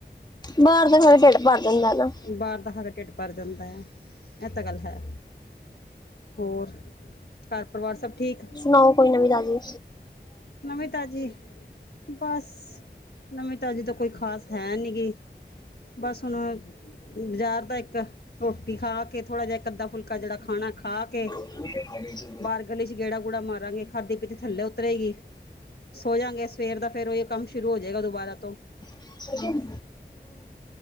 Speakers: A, on the left (about 25°); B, on the left (about 60°).
A: ਬਾਹਰ ਦਾ ਖਾ, ਕੇ ਢਿੱਡ ਭਰ ਜਾਂਦਾ ਹਨਾ।
B: ਬਾਹਰ ਦਾ ਖਾਕੇ ਢਿੱਡ ਭਰ ਜਾਂਦਾ ਯਾ, ਇਹ ਤਾਂ ਗੱਲ ਹੈ, ਹੋਰ? ਘਰ-ਪਰਿਵਾਰ, ਸਭ ਠੀਕ?
A: ਸੁਣਾਓ, ਕੋਈ ਨਵੀਂ-ਤਾਜ਼ੀ?
B: ਨਵੀਂ ਤਾਜੀ ਬਸ, ਨਵੀਂ-ਤਾਜੀ ਤਾ ਕੋਈ ਖਾਸ ਹੈਨੀ ਗੀ। ਬਸ ਹੁਣ ਬਜ਼ਾਰ ਦਾ ਇੱਕ ਰੋਟੀ ਖਾਕੇ, ਥੋੜਾ ਜਿਹਾ ਇੱਕ-ਅੱਧਾ ਫੁਲਕਾ ਜਿਹੜਾ ਖਾਣਾ ਖਾਕੇ
A: ਰੂਮ ਦੇ <unintelligible>
B: ਬਾਰਰ ਗਲੀ'ਚ ਗੇੜਾ-ਗੂੜਾ ਮਾਰਾਂਗੇ, ਖਾਧੀ-ਪੀਤੀ ਥੱਲੇ ਉਤਰੇਗੀ ਸੋ ਜਾਗੇ, ਸਵੇਰ ਦਾ ਫੇਰ ਉਹਹੀ ਕੰਮ ਸ਼ੁਰੂ ਹੋਜੇਗਾ ਦੁਬਾਰਾ ਤੋ
A: ਉਮ,